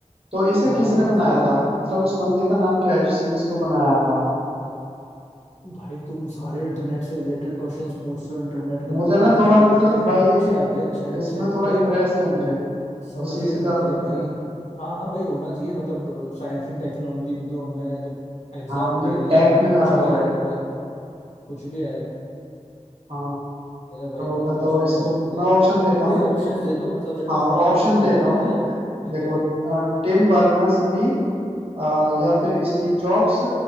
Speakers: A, on the right; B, on the left.
A: तो इसे
B: हाँ
A: किसने
B: हाँ
A: बनाया
B: सही है
A: था मतलब उस बंदे का नाम क्या है जिसने इसको बनाया था
B: भाई तुम सारे इंटरनेट से रिलेटेड क्वेश्चंस पूछ रहे हो इंटरनेट कंप्यूटर
A: मुझे ना थोड़ा
B: ठीक
A: मतलब
B: है
A: भाई
B: अच्छा है भाई अच्छा है
A: इसमें
B: अच्छा है
A: थोड़ा
B: भाई
A: इंटरेस्ट है मुझे
B: समझ
A: उसी
B: गया
A: से
B: समझ
A: ज्यादा
B: गया
A: पता
B: भाई
A: है
B: हाँ हाँ भाई होना चाहिए मतलब साइंस एंड टेक्नोलॉजी में तो मैं जब एग्जाम
A: हाँ मुझे
B: देने
A: टेक
B: ही जा रहा हूँ
A: में
B: तो
A: ज्यादा
B: कुछ भी
A: वो है
B: आएगा भाई कुछ भी आएगा
A: हाँ
B: भाई
A: तो
B: वहाँ
A: बताओ
B: तो कुछ भी
A: इसको
B: आ सकता
A: मैं
B: है
A: ऑप्शन देता
B: तुम भाई
A: हूँ
B: ऑप्शंस दे दो मतलब मेरे
A: हाँ
B: को थोड़ा बहुत
A: ऑप्शन
B: ख्याल
A: देता
B: में
A: हूँ
B: तो
A: मैं
B: है ठीक
A: देखो
B: है भाई
A: टिम बर्नर्स ली या फिर स्टीव जॉब्स